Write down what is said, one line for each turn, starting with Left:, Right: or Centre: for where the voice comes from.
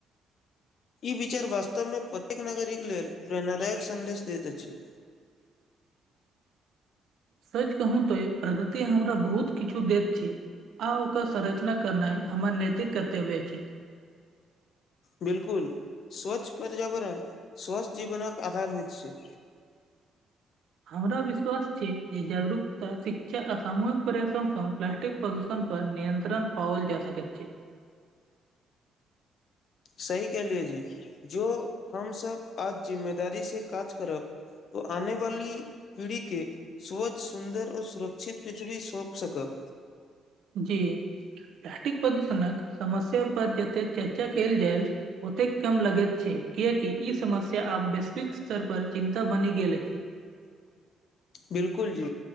Left: ई विचार वास्तवमे प्रत्येक नागरिक लेल प्रेरणादायक सन्देश दैत अछि
Right: सच कहू तो प्रकृति हमरा बहुत किछु दैत छि आ ओकर संरचना करनाइ हमर नैतिक कर्तव्य छी
Left: बिलकुल स्वच्छ पर्यावरण स्वच्छ जीवनकक आधार हो छै
Right: हमरा विश्वास छि जे जागरूकता शिक्षा आ सामूहिक प्रया प्रदूषण पर नियंत्रण पाओल जा सकैत छि
Left: सही कहलियए जी जो हमसब आज जिम्मेदारी से काज करब ओ आने वाली पीढ़ी के स्वच्छ सुन्दर औ सुरक्षित पृथ्वी सौंप सकब
Right: जी प्लास्टिक प्रदूषणक समस्या पर जते चर्चा कल जायल ओतैक कम लगैत छै कियकि ई समस्या आब वैश्विक स्तर पर चिन्ता बनि गेल अछि
Left: बिलकुल जी